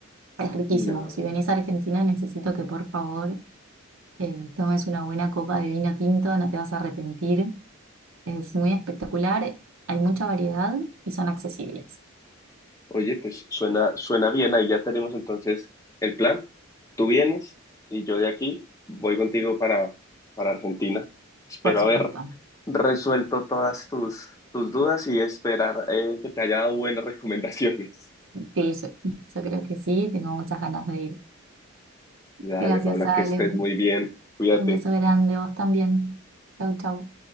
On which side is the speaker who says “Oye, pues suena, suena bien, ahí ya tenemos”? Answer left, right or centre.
Left